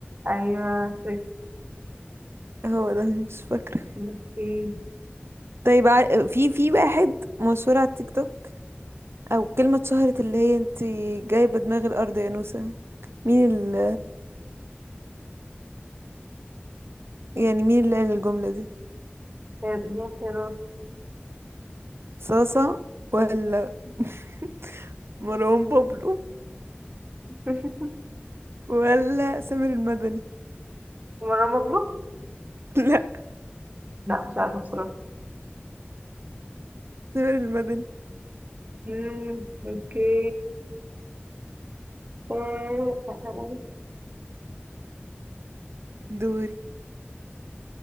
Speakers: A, on the right; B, on the right.
A: ايوه سويت.
B: هو ده مش فاكرة
A: اوكي
B: طيب عار- في في واحد مشهور على التيك توك او كلمة اتشهرت اللي هي انت جايبة دماغ الارض يا نوسة مين ال يعني مين اللي قال الجملة دي
A: طيب دي اختيارات
B: صاصة ولا <laughs> مروان بابلو
A: <laughs>
B: ولا سامر المدني
A: مروان مبلوك
B: <laughs> لا
A: لا مش عارفة بصراحة
B: سامر المدني
A: مم، اوكي <laughs>
B: دوري